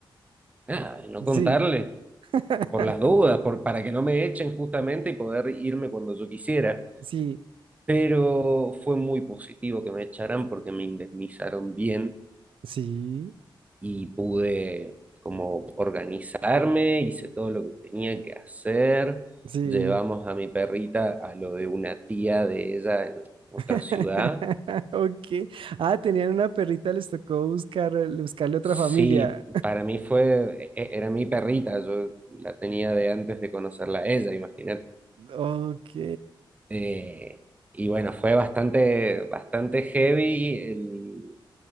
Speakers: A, on the right; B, on the right.
A: nada, de no contarle,
B: Sí, <laughs>
A: por las dudas, por, para que no me echen justamente y poder irme cuando yo quisiera.
B: sí,
A: Pero fue muy positivo que me echaran porque me indemnizaron bien
B: sí,
A: y pude como organizarme, hice todo lo que tenía que hacer.
B: sí.
A: Llevamos a mi perrita a lo de una tía de ella en otra
B: <laughs>
A: ciudad
B: Ok. Ah, tenían una perrita, les tocó buscar, buscarle otra
A: Sí,
B: familia.
A: para mí fue, e- e- era mi perrita, yo la tenía
B: <laughs>
A: de antes de conocerla a ella, imagínate.
B: Ok,
A: Eh, y bueno, fue bastante, bastante heavy el-